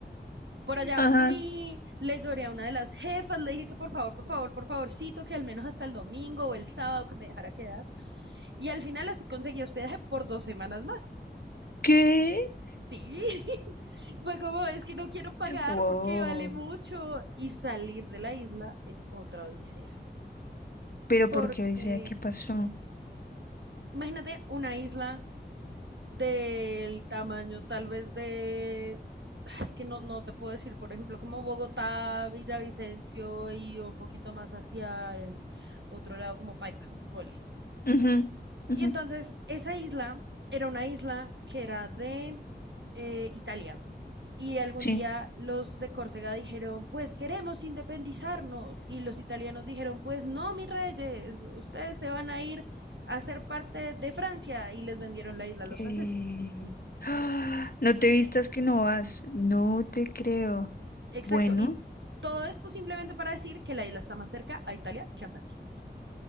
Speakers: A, on the right (about 80°); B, on the left (about 55°).
A: Por allá
B: Ajá.
A: fui, le lloré a una de las jefas, le dije que por favor, por favor, por favorcito, que al menos hasta el domingo o el sábado que me dejara quedar. Y al final así conseguí hospedaje por dos semanas más.
B: ¿Qué?
A: sí. <laughs> Fue como, es que no quiero pagar
B: Wow.
A: porque vale mucho. Y salir de la isla es otra odisea.
B: Pero ¿por
A: Porque,
B: qué dice qué pasó?
A: imagínate una isla del tamaño tal vez de... ah, Es que no, no te puedo decir, por ejemplo, como Bogotá, Villavicencio y un poquito más hacia el otro lado como Paipa, por
B: Ujú, ujú,
A: Y entonces esa isla era una isla que era de eh, Italia. Y algún
B: Sí.
A: día los de Córcega dijeron, pues queremos independizarnos. Y los italianos dijeron, pues no, mis reyes, ustedes se van a ir a ser parte de Francia. Y les vendieron la isla a los
B: Eh,
A: franceses.
B: ¡ah! No te vistas que no vas. No te creo.
A: Exacto.
B: Bueno,
A: Y todo esto simplemente para decir que la isla está más cerca a Italia que a Francia.